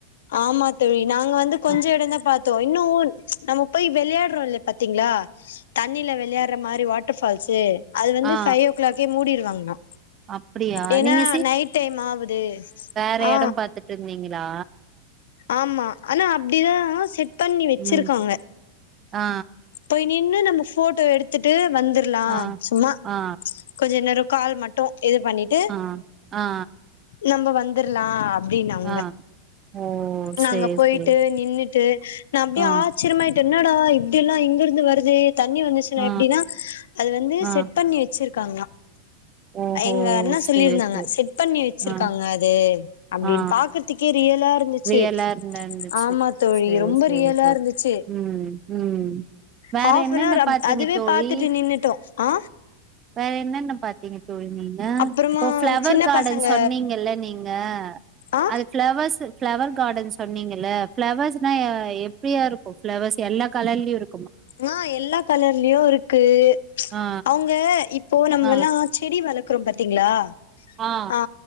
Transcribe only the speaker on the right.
ஆ
ஆ
அப்டியா
நீங்க
ற
எடம் பாத்துட்ருந்தீங்களா?
ம் ஆ
ஆ
ஆ
ஆ ஆ
ஆ ஓ சேரி
சேரி
ஆ
ஆ
ஆ
ஓஹோ
சேரி
சேரி
ஆ
ஆ
ரியலா இருந்தா இருந்துச்சு
சேரி
சேரி
தோழி
ம் ம் வேற
என்னென்ன
பாத்தீங்க
தோழி
வேற என்னென்ன பாத்தீங்க தோழி நீங்க
இப்போ ஃப்ளவர்
கார்டன்
சொன்னீங்கல்ல நீங்க
அது ஃப்ளவர்ஸு ஃப்ளவர் கார்டன் சொன்னீங்கல்ல ஃப்ளவர்ஸுனா எப்டியா இருக்கு ஃப்ளவர்ஸ் எல்லா கலர்லயு இரு
ஆ
ஆ
ஆ